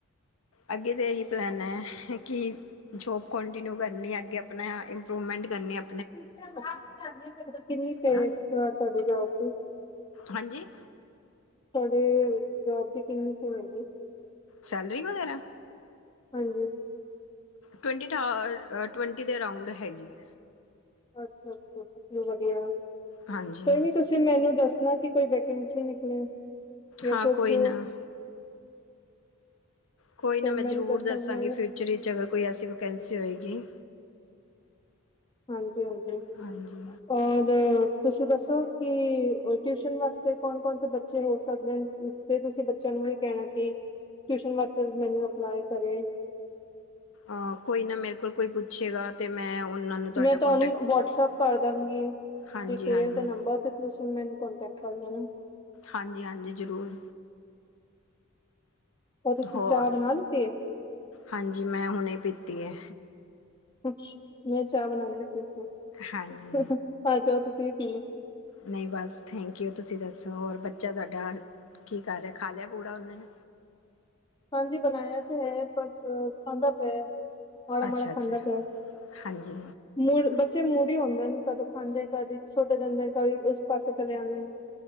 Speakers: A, on the left; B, on the left.
A: ਅੱਗੇ ਤਾਂ ਇਹੀ ਪਲੈਨ ਏ ਕਿ ਜੋਬ ਕੋਟਿੰਨਿਊ ਕਰਨੀ ਏ ਅੱਗੇ ਅਪਨਾ ਰੋਮੈਂਟ ਕਰਨੀ ਆਪ
B: <unintelligible> ਕਿੰਨੀ ਸਾਡੇ
A: ਹਾਂ
B: ਜੋਬ ਚ
A: ਹਾਂਜੀ
B: ਅਰੇ, ਜੋਬ ਦੀ ਕਿੰਨੀ ਸੀ ਹੋਏਗੀ
A: ਸੈਲਰੀ, ਵਗੈਰਾ
B: ਹਾਂਜੀ
A: ਟਵੰਟੀ ਠਾਰ ਟਵੰਟੀ ਦੇ ਅਰਾਂੳਡ ਹੈਗੀ ਏ
B: ਅੱਛਾ-ਅੱਛਾ ਵਦੀਆ ਕੋਈ
A: ਹਾਂਜੀ
B: ਨੀ ਤੁਸੀਂ ਤੁਸੀਂ ਮੈਨੂੰ ਦੱਸਨਾ ਕਿ ਕੋਈ ਵੈਕੰਸੀ ਨਿਕਲੇ ਜਾਂ
A: ਹਾਂ
B: ਕੁਛ
A: ਕੋਈ ਨਾ ਕੋਈ ਨਾ
B: ਤੇ
A: ਮੈਂ
B: ਮੈਨੂੰ
A: ਜ਼ਰੂਰ
B: ਦੱਸਣਾ
A: ਦੱਸਾਂਗੀ,
B: ਕਿ ਮੈਂ
A: ਫਿਊਚਰ ਇਚ ਅਗਰ ਕੋਈ ਐਸੀ ਵੈਕੰਸੀ ਹੋਏਗੀ।
B: ਹਾਂਜੀ- ਹਾਂਜੀ
A: ਹਾਂਜੀ
B: ਔਰ ਤੁਸੀਂ ਦੱਸੋ ਕਿ ਟਿਊਸ਼ਨ ਵਾਸਤੇ ਕੌਣ- ਕੌਣ ਸੇ ਬੱਚੇ ਹੋ ਸਕਦੇ ਤੇ ਤੁਸੀਂ ਬੱਚਿਆਂ ਨੂੰ ਵੀ ਕਹਿਣਾ, ਕਿ ਟਿਊਸ਼ਨ ਵਾਸਤੇ ਮੈਨੂ ਅਪਲਾਈ ਕਰੇ
A: ਅਹ ਕੋਈ ਨਾ, ਮੇਰੇ ਕੋਲ ਕੋਈ ਪੁੱਛੇਗਾ ਤੇ, ਮੈਂ ਉਹਨਾਂ ਨੂੰ ਤੁਹਾਡਾ
B: ਮੈਂ ਤੁਹਾਨੂੰ
A: ਕੋਂਟੈਕਟ
B: ਵਟਸਐਪ ਕਰ ਦਾਂਗੀ
A: ਹਾਂਜੀ
B: ਡਿਟੇਲ
A: ਹਾਂਜੀ
B: ਦੇ ਨੰਬਰ ਤੇ ਤੁਸੀਂ ਮੈਨੂੰ ਕੋਂਟੈਕਟ ਕਰ ਲੈਨਾ
A: ਹਾਂਜੀ -ਹਾਂਜੀ ਜ਼ਰੂਰ
B: ਉਹ ਤੁਸੀਂ,
A: ਹੋਰ
B: ਚਾਹ ਬਨਾ ਲਿਤੀ ਏ
A: ਹਾਂਜੀ ਮੈਂ ਹੁਨੇ ਈ ਪੀਤੀ ਏ
B: ਮੈਂ, ਚਾਹ ਬਨਾੰਦੀ ਪਈ ਸੀ
A: ਹਾਂਜੀ
B: ਆ ਜਾਓ ਤੁਸੀਂ ਵੀ ਪੀ ਲਓ
A: ਨਹੀਂ ਬਸ ਥੈਂਕ ਯੂ ਤੁਸੀਂ ਦੱਸੋ ਹੋਰ ਬੱਚਾ ਤੁਹਾਡਾ ਕੀ ਕਰ ਰਿਹਾ ਖਾ ਲਿਆ ਪੂੜਾ ਉਹਨੇ
B: ਹਾਂਜੀ ਬਨਾਇਆ ਤੇ ਹੈ ਪਰ ਖਾੰਦਾ ਪਿਆ ਮਾੜਾ
A: ਅੱਛਾ
B: ਮਾੜਾ ਖਾਂਦਾ
A: ਅੱਛਾ
B: ਪਿਆ ਏ
A: ਹਾਂਜੀ
B: ਫਿਰ ਬੱਚੇ ਮੁੂੜੀ ਹੁੰਦੇ ਨੇ ਕਦੋਂ ਹਾਂਜੀ, ਕਦੀ ਸੁਟ ਜਾਂਦੇ ਕਵੀ, ਉਸ ਪਾਸੇ ਚਲੇ ਆਉਦੇ ਨੇ